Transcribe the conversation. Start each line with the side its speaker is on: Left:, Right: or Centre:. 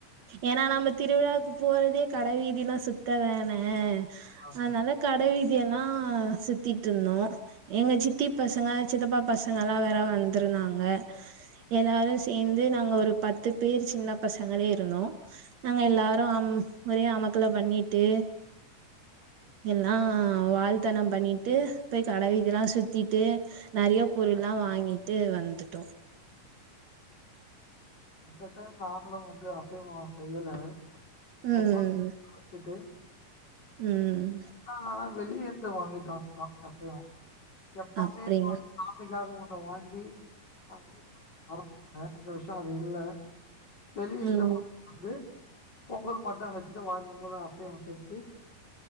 Right: ஏனா நம்ம திருவிழாக்கு போறதே கட வீதி எல்லா சுத்த தானே
Left: ஆ.
Right: அனால கட வீ தி எல்லா சுத்திட் இருந்தோ எங்க சித்தி பசங்க சித்தப்பா பசங்க எல்லா வேற வந்துருந்தாங்க எல்லாரு சேந்து நாங்க ஒரு பத்து பேர் சின்ன பசங்களே இருந்தோ நாங்க எல்லாரு ஆம் ஒரே அமக்கல பண்ணிட்டு எல்லா வால்தன பண்ணிட்டு போய் கடவீதி எல்லா சுத்திட்டு நெறைய பொருள் எல்லா வாங்கிட்டு வந்துட்டோ
Left: இந்த டைம் நாங்களு வந்து அசைவோ செய்யல
Right: ம்
Left: பொங்கல் வெச்சுட்டு
Right: ம்
Left: ஆ வெளியே இருந்து வாங்கிட்டோ <unintelligible> அசைவோ எப்போமே
Right: அப்டிங்க
Left: நாங் சாமிக்காக ஒன் வாங்கி <inaudible> இந்த வருஷோ அது இல்ல வெளிய இருந்து
Right: ம்
Left: வா <inaudible> வந்து பொங்கல் மட்டு வெச்சிட்டு வழக்கம் போல அசைவோ செஞ்சு